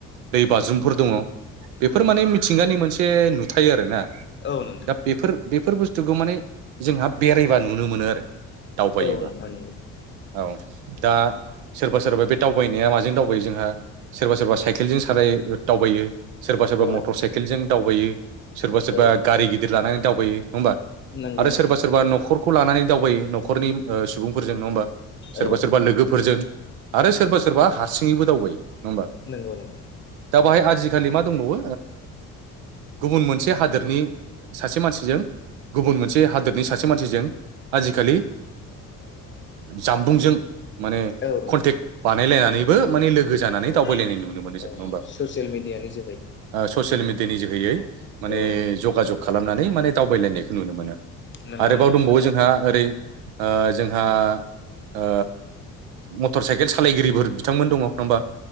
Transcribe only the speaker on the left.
औ नोंथां
औ नोंथां
नंगौ
औ नोंथां
औ
नंगौ
नोंथां
औ
नोंथां
नोंगौ नोंथां
औ नोंथां
औ
औ
ससियेल मिडियानि जोहै
औ नोंथां
नंगौ
नोंथां